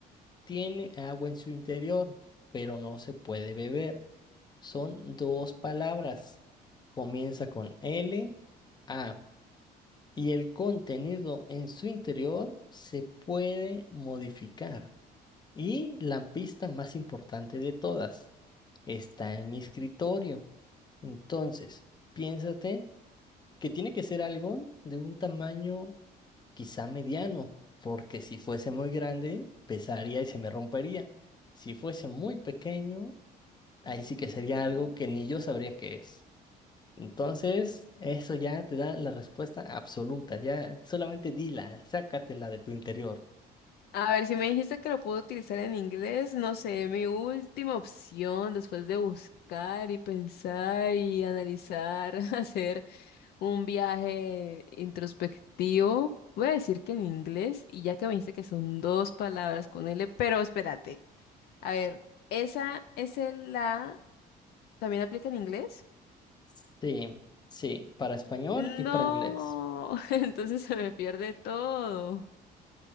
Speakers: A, on the left; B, on the left.
A: Tiene agua en su interior, pero no se puede beber. Son dos palabras. Comienza con L, A. Y el contenido en su interior se puede modificar. Y la pista más importante de todas está en mi escritorio. Entonces, piénsate que tiene que ser algo de un tamaño quizá mediano, porque si fuese muy grande, pesaría y se me rompería. Si fuese muy pequeño, ahí sí que sería algo que ni yo sabría qué es. Entonces, eso ya te da la respuesta absoluta, ya solamente dila, sácatela de tu interior.
B: A ver, si me dijiste que lo puedo utilizar en inglés, no sé, mi última opción después de buscar y pensar y analizar, <laughs> hacer un viaje introspectivo, voy a decir que en inglés, y ya que me dijiste que son dos palabras con L, pero espérate, a ver, ¿esa es la también aplica en inglés?
A: Sí, sí, para español
B: No,
A: y para inglés.
B: <laughs> entonces se me pierde todo.